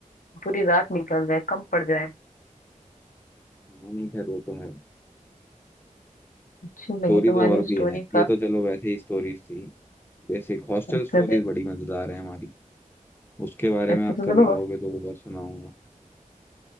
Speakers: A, on the left; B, on the left.
A: पूरी रात निकल जाए कम पड़ जाए
B: हाँ नहीं खैर वो तो है
A: अच्छी
B: स्टोरी
A: लगी तुम्हारी
B: तो और भी
A: स्टोरी
B: है
A: काफी
B: ये तो चलो वैसे ही स्टोरीज थी बेसिक हॉस्टल
A: अच्छा
B: स्टोरीज
A: तो
B: बड़ी मजेदार है हमारी उसके बारे में
A: अच्छा
B: आप
A: तो
B: कभी
A: चलो
B: कहोगे
A: बस
B: तो वो बहुत सुनाऊंगा